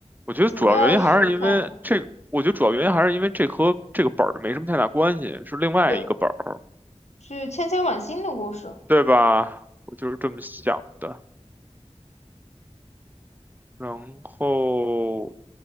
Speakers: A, on the right; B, on the left.
A: 我觉得主要原因还是因为这个我觉得主要原因还是因为这和这个本儿没什么太大关系，
B: 主要是看。
A: 是另外一个本儿，
B: 对。是千千晚星的故事，
A: 对吧？我就是这么想的。然后